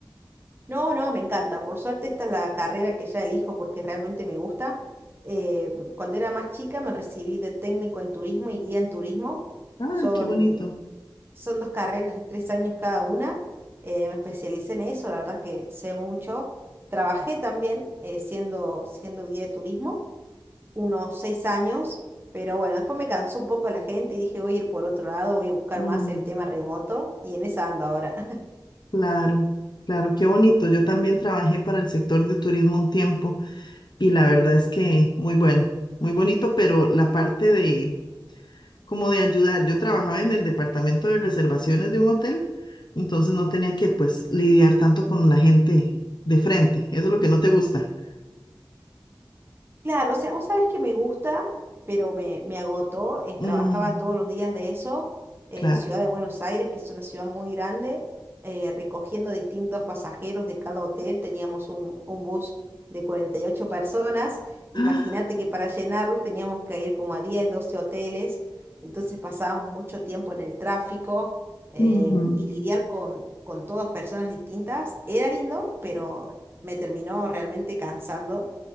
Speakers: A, on the right; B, on the left.
A: no, no, me encanta. Por suerte esta es la carrera que ya elijo porque realmente me gusta. Eh, cuando era más chica me recibí de técnico en turismo y guía en turismo.
B: Ah,
A: Son,
B: qué bonito.
A: son dos carreras de tres años cada una. Eh, me especialicé en eso, la verdad que sé mucho. Trabajé también eh, siendo, siendo guía de turismo unos seis años, pero bueno, después me cansó un poco la gente y dije voy a ir por otro lado, voy a buscar
B: Mm,
A: más el tema remoto y en esa ando ahora.
B: claro, claro, qué bonito. Yo también trabajé para el sector de turismo un tiempo. y la verdad es que muy bueno, muy bonito, pero la parte de como de ayudar, yo trabajaba en el departamento de reservaciones de un hotel, entonces no tenía que pues lidiar tanto con la gente de frente, eso es lo que no te gusta.
A: Claro, o sea, vos sabés que me gusta, pero me, me agotó. eh, trabajaba
B: Mm,
A: todos los días de eso en
B: claro.
A: Ciudad de Buenos Aires, que es una ciudad muy grande, eh, recogiendo distintos pasajeros de cada hotel. Teníamos un, un bus de 48 personas. Imagínate
B: Ah,
A: que para llenarlo teníamos que ir como a 10, 12 hoteles. Entonces pasábamos mucho tiempo en el tráfico em,
B: ujú.
A: y lidiar con, con todas personas distintas. Era lindo, pero me terminó realmente cansando